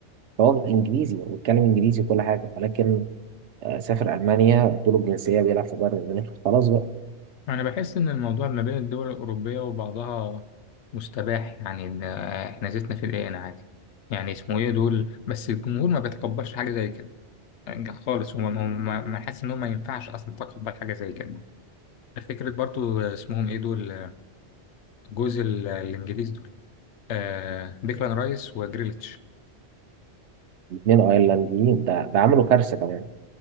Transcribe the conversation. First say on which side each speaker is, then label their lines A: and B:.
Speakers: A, on the right; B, on the left.
A: فهو انجليزي وبيتكلم انجليزي وكل حاجه ولكن آه، سافر المانيا ادوله الجنسيه بيلعب في بايرن ميونخ خلاص بقى
B: أنا بحس إن الموضوع ما بين الدول الأوروبية وبعضها مستباح يعني إن إحنا زيتنا في العين عادي يعني اسمه إيه دول بس الجمهور ما بيتقبلش حاجة زي كده يعني خالص هو ما ما- ما حاسس إن هو ما ينفعش أصلا تقبل حاجة زي كده فكرة برضو اسمهم إيه دول جوز ال- الإنجليز دول آه ديكلان رايس وجريليتش
A: الاثنين ايرلنديين ده ده عملوا كارثه كمان